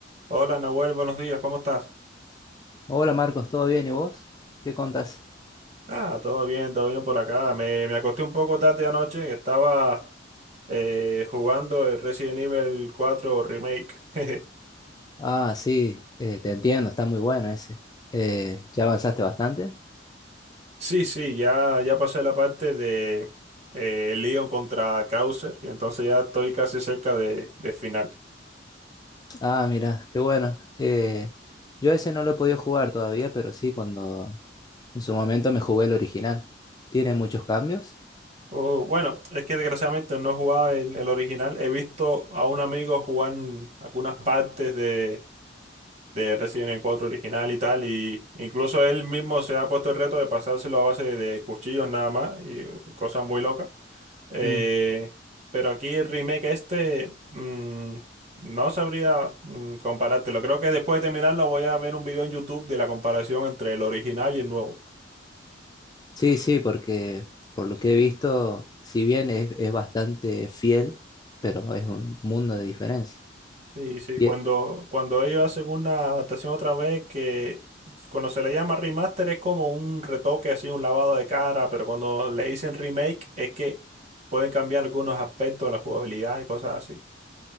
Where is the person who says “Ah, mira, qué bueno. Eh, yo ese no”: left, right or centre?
Left